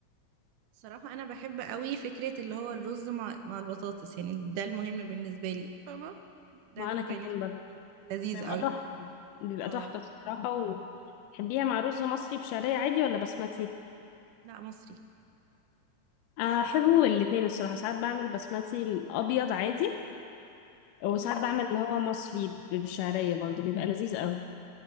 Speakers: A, on the right; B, on the left.
A: صراحة أنا بحب قوي فكرة اللي هو الرز مع مع البطاطس يعني ده المهم بالنسبة لي فاهمة ده
B: معانا
A: الكومباينيشن
B: كمان
A: لذيذ
B: بيبقى
A: قوي
B: تحفة بيبقى
A: اه
B: تحفة الصراحة وتحبيها مع رز مصري بشعرية عادي ولا بسمتي؟
A: لا مصري
B: أنا أحبه الاتنين الصراحة ساعات بعمل بسمتي الأبيض عادي وساعات
A: مم.
B: بعمل اللي هو مصري ب- بالشعرية برضو بيبقى لذيذ قوي